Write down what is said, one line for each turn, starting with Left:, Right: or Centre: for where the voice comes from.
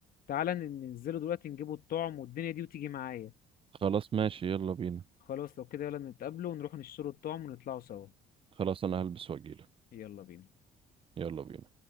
Left: تعالى ن- ننزلوا دلوقتي نجيبوا الطعم والدنيا دي وتيجي معايا
Right: خلاص ماشي يلا بينا
Left: خلاص لو كده يلا نتقابلوا ونروح نشتروا الطعم ونطلعوا سوا
Right: خلاص انا هلبس واجيلك
Left: يلا بينا
Right: يلا بينا